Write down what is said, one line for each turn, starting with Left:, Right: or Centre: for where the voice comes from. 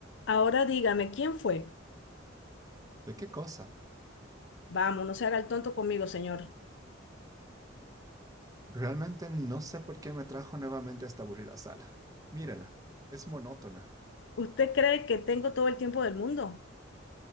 Left: Ahora dígame, ¿quién fue?
Right: ¿De qué cosa?
Left: Vamos, no se haga el tonto conmigo, señor.
Right: Realmente no sé por qué me trajo nuevamente a esta aburrida sala. Mírala, es monótona.
Left: ¿Usted cree que tengo todo el tiempo del mundo?